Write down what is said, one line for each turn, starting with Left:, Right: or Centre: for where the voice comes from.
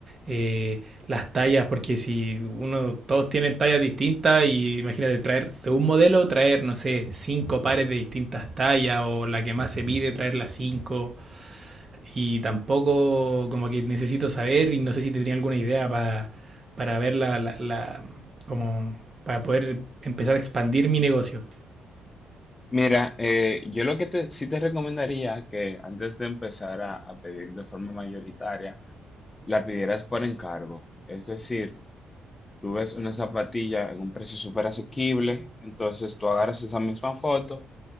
Right: eh, las tallas, porque si uno, todos tienen tallas distintas y imagínate traer de un modelo, traer, no sé, cinco pares de distintas tallas o la que más se pide, traer las cinco. Y tampoco como que necesito saber y no sé si te tenía alguna idea para, para ver la, la, la- como para poder empezar a expandir mi negocio.
Left: Mira, eh, yo lo que te, sí te recomendaría que antes de empezar a, a pedir de forma mayoritaria, la pidieras por encargo. Es decir, tú ves una zapatilla en un precio súper asequible, entonces tú agarras esa misma foto